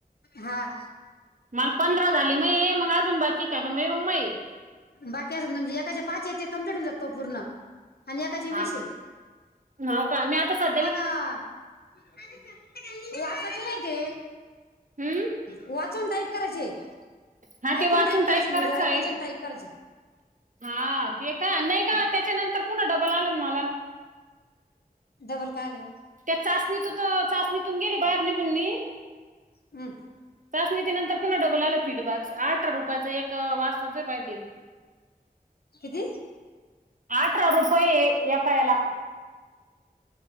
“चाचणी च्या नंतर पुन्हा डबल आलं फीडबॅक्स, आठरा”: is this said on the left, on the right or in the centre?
Right